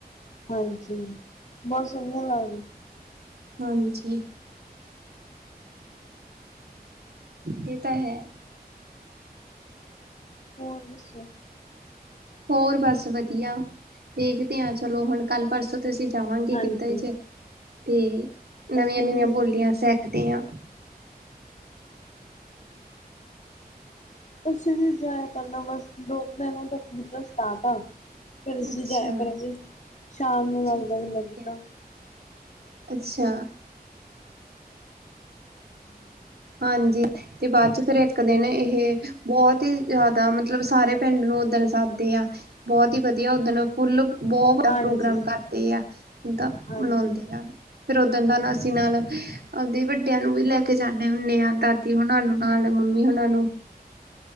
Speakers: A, on the left; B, on the right.
A: ਹਾਂਜੀ, ਬਹੁਤ ਸੋਹਣੀਆਂ ਲੱਗਦੀਆਂ!
B: ਹਾਂਜੀ। ਇਹ ਤਾਂ ਹੈ।
A: ਹੋਰ ਦੱਸੋ?
B: ਹੋਰ ਬਸ ਵਧੀਆ, ਵੇਖਦੇ ਆ। ਚੱਲੋ ਹੁਣ ਕੱਲ੍ਹ ਪਰਸੋਂ ਤ ਤੁਸੀਂ ਜਾਵਾਂਗੇ,
A: ਹਾਂਜੀ,
B: ਗਿੱਧਾ ਚ, ਤੇ ਨਵੀਆਂ-
A: ਅਸੀਂ ਵੀ
B: ਨਵੀਆਂ ਬੋਲੀਆਂ ਸਿੱਖਦੇ ਆ।
A: ਤੁਸੀਂ ਵੀ ਜਾਇਆ ਕਰਨਾ ਬਸ ਦੋ ਕੁ ਦਿਨ ਤੱਕ <unintelligible> ਸਟਾਟ ਆ। ਫਿਰ ਅਸੀਂ
B: ਅੱਛਾ
A: ਜਾਇਆ ਕਰਾਂਗੇ। ਸ਼ਾਮ ਨੂੰ
B: ਠੀਕ
A: ਲੱਗਦਾ ਹੁੰਦਾ ਗਿੱਧਾ।
B: ਐ। ਅੱਛਾ।
A: ਹਮ
B: ਹਾਂਜੀ। ਤੇ ਬਾਅਦ ਚ, ਫੇਰ ਇੱਕ ਦਿਨ ਇਹ ਬਹੁਤ ਹੀ ਜ਼ਿਆਦਾ ਮਤਲਬ ਸਾਰੇ ਪਿੰਡ ਨੂੰ ਉੱਦਣ ਸੱਦ ਦੇ ਆ। ਬਹੁਤ ਹੀ ਵਧੀਆ ਉੱਦਣ ਫੋਲ ਬਹੁਤ ਵੱਡਾ
A: ਹਾਂਜੀ।
B: ਪ੍ਰੋਗਰਾਮ ਕਰਦੇ ਆ। ਇੱਦਾ
A: ਹਾਂਜੀ,
B: ਮਨਾਉਂਦੇ ਆ। ਫਿਰ ਉੱਦਣ ਨਾ, ਅਸੀਂ ਨਾਲ ਆਬਦੇ ਵੱਡਿਆਂ ਨੂੰ ਵੀ ਲੈ ਜਾਂ। ਹੁੰਣੇ ਆ। ਦਾਦੀ ਹੁਣਾ ਨੂੰ ਨਾਲ ਮੰਮੀ ਹੁਣਾ ਨੂੰ